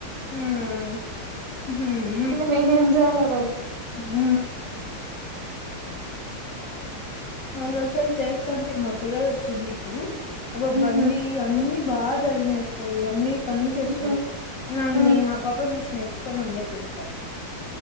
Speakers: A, on the left (about 85°); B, on the right (about 70°).
A: మ్ హు మ్
B: నేనేంజేయలా
A: మ్ మొన్న ఒకసారి చేస్తాంటే మా చెల్లలు వచ్చింది ఇప్పుడు అబ్బా
B: మ్మ్హ్మ్.
A: బండీ అన్నీ బాగా డ్రైవింగ్ చేస్తుంది. అన్నీ పనులు
B: మ్మ్హ్మ్.
A: చేస్తాది. నేన్నన్ని
B: మ్మ్.
A: ఆ పాపని చూసి నేర్చుకోవాల. కానీ అందరూ తిడతారు.